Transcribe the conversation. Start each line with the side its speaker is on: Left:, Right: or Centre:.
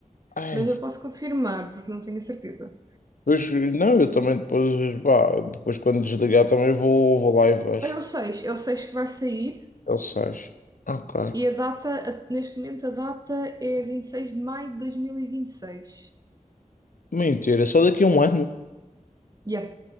Left: Ai,
Right: Mas eu posso confirmar, porque não tenho a certeza.
Left: pois não, eu também depois, pá, depois quando desligar também vou, vou lá e vejo.
Right: Ah, É o 6, é o 6 que vai sair
Left: Ele sais. Ok.
Right: e a data, a- neste momento a data é 26 de maio de 2026.
Left: Mentira, só daqui a um ano.
Right: Yeah.